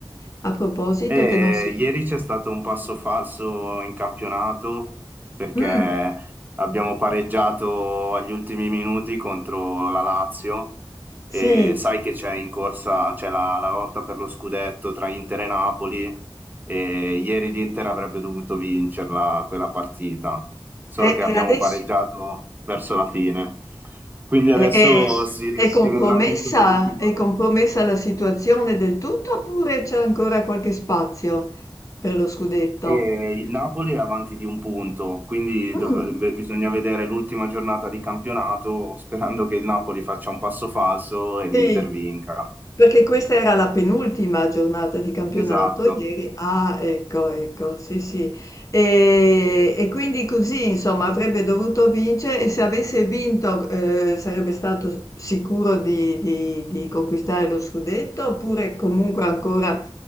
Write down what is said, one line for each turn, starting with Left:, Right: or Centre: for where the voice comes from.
Left: A proposito
Right: E
Left: che non si...
Right: ieri c'è stato un passo falso in campionato perché
Left: Mm,
Right: abbiamo pareggiato agli ultimi minuti contro la Lazio e
Left: sì,
Right: sai che c'è in corsa, c'è la, la lotta per lo scudetto tra Inter e Napoli e ieri l'Inter avrebbe dovuto vincerla quella partita, solo
Left: e,
Right: che
Left: e
Right: abbiamo
Left: adesso
Right: pareggiato verso la fine. Quindi adesso
Left: e- e-
Right: si,
Left: è, compromessa?
Right: si vedrà tutto l'ultimo.
Left: È compromessa la situazione del tutto oppure c'è ancora qualche spazio per lo scudetto?
Right: E il Napoli è avanti di un punto, quindi
Left: Mm.
Right: dovrebbe- bisogna vedere l'ultima giornata di campionato sperando che il Napoli faccia un passo falso e l'Inter
Left: Sì,
Right: vinca.
Left: perché questa era la penultima giornata di campionato
Right: Esatto.
Left: ieri. Ah, ecco, ecco, sì, sì. E, e quindi così, insomma, avrebbe dovuto vincere e se avesse vinto eh, sarebbe stato sicuro di, di- di conquistare lo scudetto oppure comunque ancora